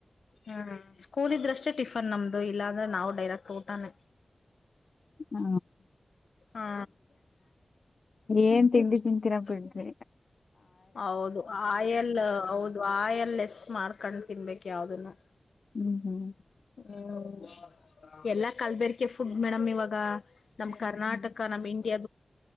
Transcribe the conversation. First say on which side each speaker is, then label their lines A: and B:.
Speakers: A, on the left; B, on the left.
A: ಹ್ಮ್ ಸ್ಕೂಲ್ ಇದ್ರಷ್ಟೇ ಟಿಫನ್ ನಮ್ದು ಇಲ್ಲ ಅಂದ್ರೆ ನಾವು ಡೈರೆಕ್ಟ್ ಊಟಾನೆ
B: ಹ
A: ಹಾ
B: ಏನ್ ತಿಂಡಿ ತಿಂತೀರಾ ಬಿಡ್ರೆ
A: ಹೌದು ಆಯಲ್ ಹೌದು ಆಯಲ್ ಲೆಸ್ ಮಾಡ್ಕೊಂಡ್ ತಿನ್ಬೇಕ ಯಾವ್ದನ್ನು
B: ಹ್ಮ್ ಹ್ಮ್
A: ಹ್ಮ ಎಲ್ಲಾ ಕಲ್ಬೇರ್ಕೆ ಫುಡ್ ಮೇಡಮ್ ಇವಾಗ ನಮ್
B: ಹ್ಮ್
A: ಕರ್ನಾಟಕ
B: ಹ್ಮ್
A: ನಮ್ ಇಂಡಿಯ